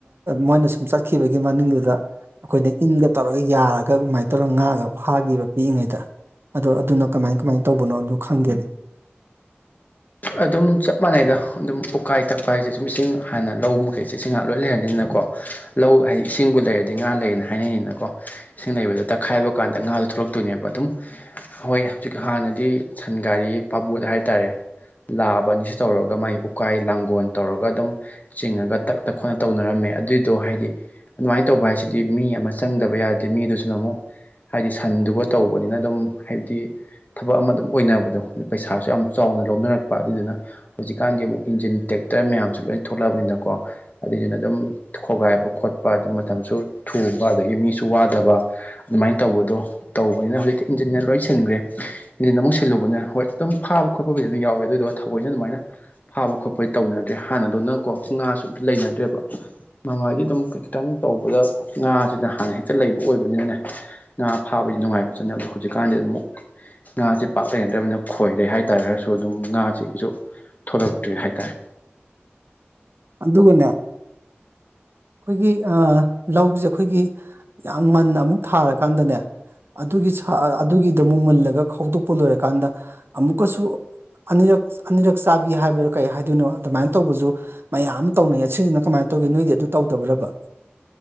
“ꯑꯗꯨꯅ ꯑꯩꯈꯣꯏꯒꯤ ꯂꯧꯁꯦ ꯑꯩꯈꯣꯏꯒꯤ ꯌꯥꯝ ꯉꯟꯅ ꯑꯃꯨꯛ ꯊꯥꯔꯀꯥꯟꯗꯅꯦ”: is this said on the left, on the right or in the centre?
Right